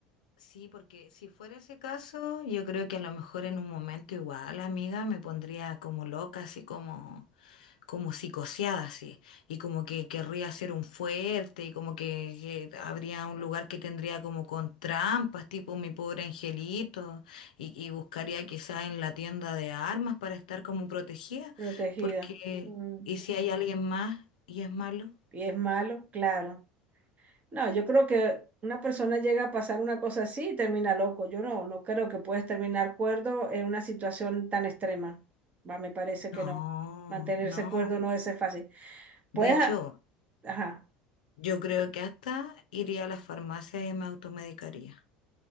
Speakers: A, on the left (about 80°); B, on the right (about 35°).
A: Sí, porque si fuera ese caso, yo creo que a lo mejor en un momento igual, amiga, me pondría como loca, así como... como psicoseada, sí, y como que querría hacer un fuerte, y como que, que habría un lugar que tendría como con trampas, tipo mi pobre angelito, y, y buscaría quizá en la tienda de armas para estar como protegida,
B: Protegida.
A: porque,
B: Mm,
A: ¿y si hay alguien más y es malo?
B: Y es malo, claro. No, yo creo que una persona llega a pasar una cosa así y termina loco. Yo no, no creo que puedes terminar cuerdo en una situación tan extrema. Va, me parece que
A: No,
B: no. Mantenerse
A: no.
B: cuerdo no es fácil. Puedes,
A: De hecho,
B: a- ajá,
A: yo creo que hasta iría a la farmacia y me automedicaría.